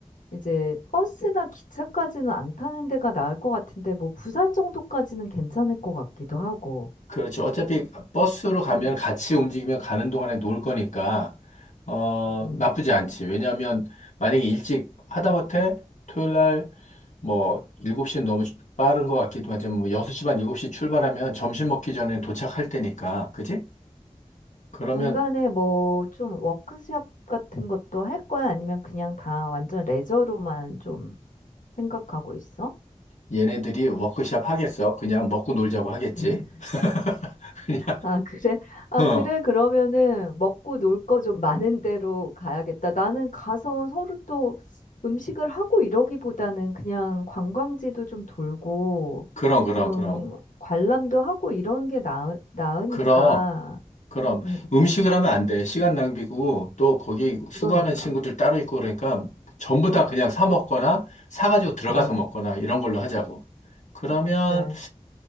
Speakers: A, on the left; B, on the left.
A: 이제 버스나 기차까지는 안 타는 데가 나을 것 같은데 뭐 부산 정도까지는 괜찮을 것 같기도 하고.
B: 그렇지. 어차피 버스로 가면
A: 음,
B: 같이 움직이면 가는 동안에 놀 거니까, 어,
A: 음, 음.
B: 나쁘지 않지. 왜냐하면 만약에 일찍 하다못해 토요일 날 뭐 7시는 너무 빠른 것 같기도 하지만 뭐 6시 반, 7시 출발하면 점심 먹기 전에 도착할 때니까. 그지? 그러면
A: 중간에 뭐 좀 워크숍 같은 것도 할 거야? 아니면 그냥 다 완전 레저로만 좀 생각하고 있어?
B: 얘네들이 워크숍 하겠어? 그냥 먹고 놀자고 하겠지?
A: 음.
B: <laughs> 그냥,
A: 아, 그래. 아,
B: 어,
A: 그래. 그러면은 먹고 놀 거 좀 많은 데로 가야겠다. 나는 가서 서로 또 음식을 하고 이러기보다는 그냥 관광지도 좀 돌고
B: 그럼, 그럼,
A: 좀
B: 그럼.
A: 관람도 하고 이런 게 나으, 나으니까.
B: 그럼, 그럼.
A: 음, 음.
B: 음식을 하면 안 돼. 시간 낭비고, 또 거기 수고하는
A: 그러니까.
B: 친구들 따로 있고 그러니까 전부 다 그냥 사 먹거나, 사가지고 들어가서
A: 그래, 그래.
B: 먹거나, 이런 걸로 하자고. 그러면,
A: 그래.